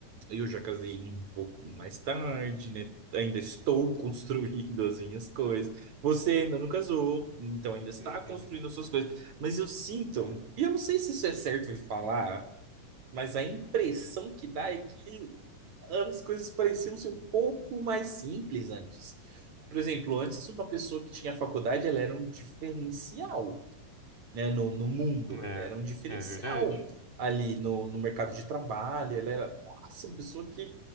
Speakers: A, on the right; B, on the left.
A: eu já casei um pouco mais tarde, né? Ainda estou <laughs> construindo as minhas coisas. Você ainda não casou, então ainda está
B: Uhum.
A: construindo as suas coisas. Mas eu sinto, e eu não sei se isso é certo de falar, mas a impressão que dá é que as coisas pareciam ser um pouco mais simples antes. Por exemplo, antes uma pessoa que tinha faculdade, ela era um diferencial né, no, no mundo.
B: É,
A: Ela era um diferencial
B: é verdade.
A: ali no, no mercado de trabalho. Ela era, nossa, uma pessoa que,